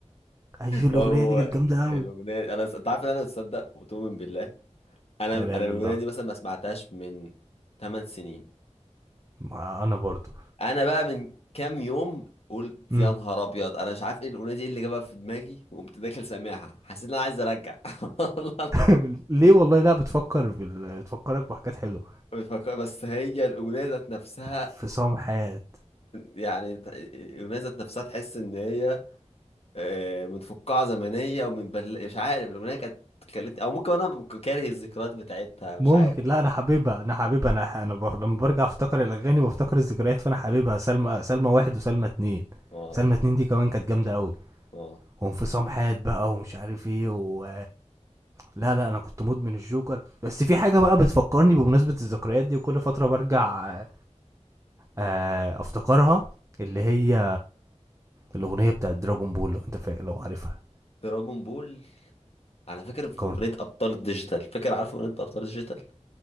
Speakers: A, on the right; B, on the left.
A: ايوه الاغنية
B: هو
A: دي كانت جامدة قوي
B: الاغنيه دي- انا انت عارف ان انا بتصدق وتؤمن بالله انا
A: لا
B: انا
A: لا لا
B: الاغنيه
A: الله
B: دي مثلا ما سمعتهاش من 8 سنين
A: ما انا برضو
B: انا بقى من كام يوم قلت
A: مم.
B: يا نهار ابيض انا مش عارف ايه الاغنيه دي إيه اللي جابها في دماغي وقمت داخل سامعها حسيت ان انا عايز ارجع <laughs> والله
A: <laughs> <applause> ليه والله لا بتفكر بال... بتفكرك بحاجات حلوه
B: مش فاكر- بس هي الاغنيه ذات نفسها
A: انفصام حياه
B: يعني ت- الاغنيه ذات نفسها تحس ان هي آه، من فقاعه زمنيه ومن بل... مش عارف الاغنيه كانت خلتني او ممكن انا ك- كاره الذكريات بتاعتها مش
A: ممكن
B: عارف <laughs>
A: لا انا حاببها انا حاببها انا ح... انا ب... لما برجع افتكر الاغاني بفتكر الذكريات فانا حاببها سلمى سلمى واحد وسلمى اتنين
B: اه
A: سلمى اتنين دي كمان كانت جامده قوي
B: اه
A: وانفصام حياه بقى ومش عارف ايه و لا لا انا كنت مدمن الجوكر بس في حاجه بقى بتفكرني بمناسبه الذكريات دي وكل فتره برجع آه، افتكرها اللي هي الاغنيه بتاعت دراجون بول لو انت فا... لو عارفها
B: دراجون بول انا فاكر في
A: كارت...
B: اغنيه ابطال الديجيتال فاكر عارف اغنيه ابطال الديجيتال